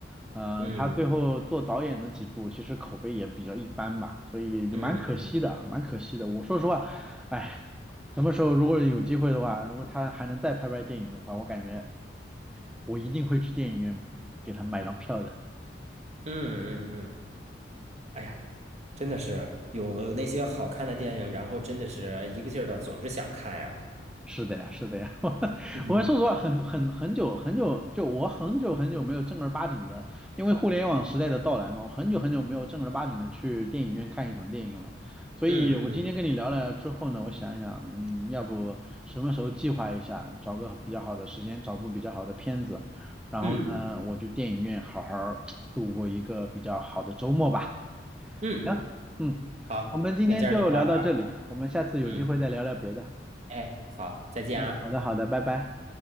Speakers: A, in the centre; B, on the right.
A: 呃，
B: 嗯
A: 他最后做导演的几部，其实口碑也比较一般吧，所以就蛮可惜的，
B: 嗯嗯
A: 蛮可惜的。我说实话，哎，什么时候如果有机会的话，如果他还能再拍拍电影的话，我感觉我一定会去电影院给他买张票的。
B: 嗯嗯嗯，哎呀，真的是有了那些好看的电影，然后真的是一个劲儿的总是想看呀。
A: 是的呀，是的呀，<laughs> 我
B: 嗯
A: 我说实话，很很很久很久，就我很久很久没有正儿八经的，因为互联网时代的到来嘛，我很久很久没有正儿八经的去电影院看一场电影了。所以我今天跟你聊了之后呢，
B: 嗯嗯
A: 我想一想，嗯，要不什么时候计划一下，找个比较好的时间，找部比较好的片子，然后呢，
B: 嗯
A: 我去电影院好好儿度过一个比较好的周末吧。
B: 嗯，
A: 行，嗯，
B: 好，
A: 我们今天就聊到这里，
B: 那今儿就到这儿。
A: 我们下次有机会再聊聊别的。
B: 嗯，哎，好，再见啊，
A: 嗯，好的，好的，拜拜。